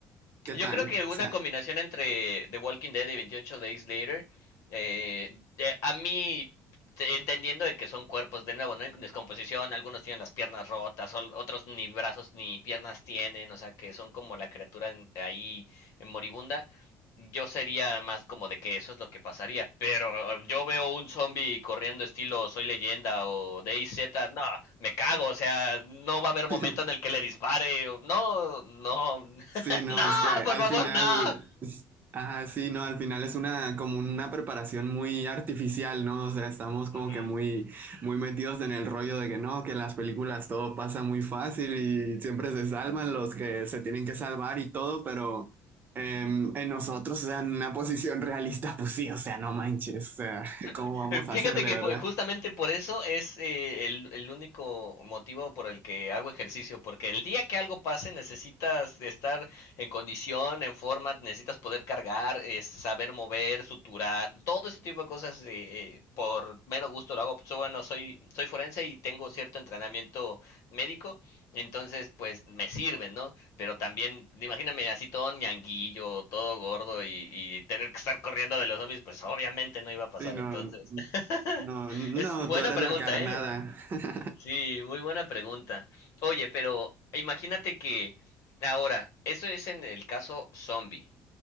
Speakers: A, on the right; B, on the left.
A: ¿qué
B: Yo
A: tal?
B: creo que una
A: O sea...
B: combinación entre The Walking Dead y 28 Days Later, eh, eh, a mí te- entendiendo de que son cuerpos de nuevo, ¿no? En descomposición, algunos tienen las piernas rotas, ol- otros ni brazos ni piernas tienen, o sea, que son como la criatura en- ahí en moribunda. Yo sería más como de que eso es lo que pasaría, pero eh, yo veo un zombie corriendo estilo Soy Leyenda o DayZ, no, me cago, o sea, no va a haber momento
A: <laughs>
B: en el que le dispare, o- no, no,
A: Sí, no,
B: no,
A: es que al
B: por favor,
A: final,
B: no.
A: s- ah, sí, no, al final es una como una preparación muy artificial, ¿no? O sea, estamos como
B: Ujú.
A: que muy, muy metidos en el rollo de que no, que en las películas todo pasa muy fácil y siempre se salvan los que se tienen que salvar y todo, pero em, en nosotros, o sea, en una posición realista, pues sí, o sea, no manches, o sea, <laughs> ¿cómo
B: <laughs>
A: vamos
B: Eh, Fíjate
A: a hacerle,
B: que
A: verdad?
B: po- justamente por eso es eh, el, el único motivo por el que hago ejercicio, porque el día que algo pase necesitas estar en condición, en forma, necesitas poder cargar, es, saber mover, suturar, todo ese tipo de cosas eh, eh, por mero gusto lo hago. pues bueno, soy, soy forense y tengo cierto entrenamiento médico, entonces pues me sirven, ¿no? Pero también, imagíname así todo ñanguillo, todo gordo y, y tener que estar corriendo de los zombies, pues obviamente no iba a pasar
A: Sí, no,
B: entonces. <laughs>
A: no, no,
B: Es buena
A: tú eres
B: pregunta,
A: la carnada.
B: ¿eh?
A: <laughs>
B: Sí, muy buena pregunta. Oye, pero imagínate que ahora, eso es en el caso zombie.